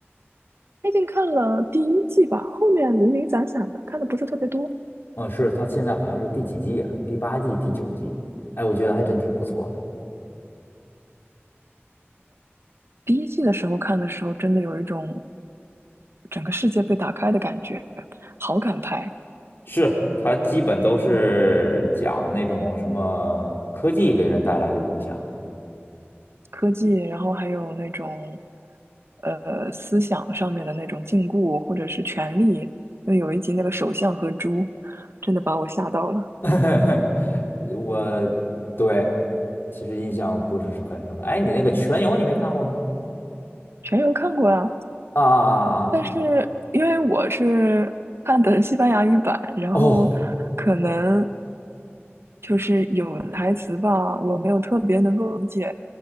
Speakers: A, on the right; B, on the left.
A: 最近看了第一季吧，后面零零散散的，看的不是特别多。
B: 嗯，是，它现在好像是第几季啊？第八季、第九季？哎，我觉得还真挺不错的。
A: 第一季的时候看的时候，真的有一种整个世界被打开的感觉，好感派、
B: 是，它基本都是讲那种什么科技给人带来的影响。
A: 科技，然后还有那种呃思想上面的那种禁锢或者是权力。因为有一集那个首相和猪，真的把我吓到了。
B: <laughs> 我对，其实印象不是很深刻。哎，你那个《全游》你没看过吗？
A: 全游看过呀，
B: 啊啊啊啊！啊
A: 但是因为我是看的西班牙语版，然后可能
B: 哦，
A: 就是有的台词吧，我没有特别能够理解。